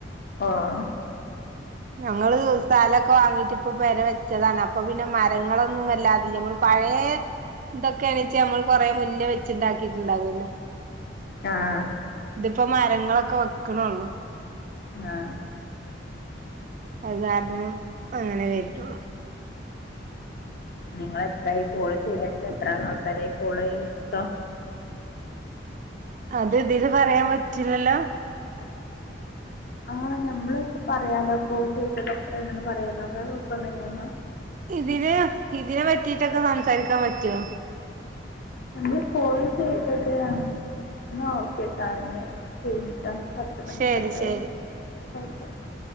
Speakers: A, on the left (about 50°); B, on the right (about 45°).
A: ഓഹ്
B: ഞങ്ങള് സ്ഥലമൊക്കെ വാങ്ങീട്ട് ഇപ്പൊ വരെ വെച്ചതാണ് അപ്പൊ പിന്നെ മരങ്ങളൊന്നും വല്ലാതില്ലമ പഴയ ഇതൊക്കെയാണെച്ച നമ്മൾ കൊറെ മുന്നേ വെച്ചുണ്ടാക്കിയിട്ടുണ്ടാവല്ലോ
A: ആഹ
B: ഇതിപ്പോ മരങ്ങളൊക്കെ വെക്കണള്ളു
A: ആഹ
B: അത് കാരണം അങ്ങനെ വരിട്ടുള്ളു
A: നിങ്ങ എത്രായി കോള് ചെയ്തിട്ട് എത്ര ആൾക്കാരായി കോൾ ചെയ്ട്ടോ
B: അത് ഇതില് പറയാൻ പറ്റില്ലല്ലോ
A: ആ ഞമ്മളൊപ്പ പറയാലോ പോയി ചെയ്തത് എത്ര ഉണെന്ന് പറയാലോക്കെ കുഴപ്പൊന്നില്ല
B: ഇതിന് ഇതിനെ പറ്റിട്ടൊക്കെ സംസാരിക്കാൻ പറ്റുവോ
A: നമ്മൾ കോള് ചെയ്തത് എന്ന ഓക്കെട്ടാ എന്ന കഴിഞ്ഞിട്ടോ പത്ത് മണി
B: ശരി
A: പത്തായി
B: ശരി
A: ഓക്കെ ഓക്കെ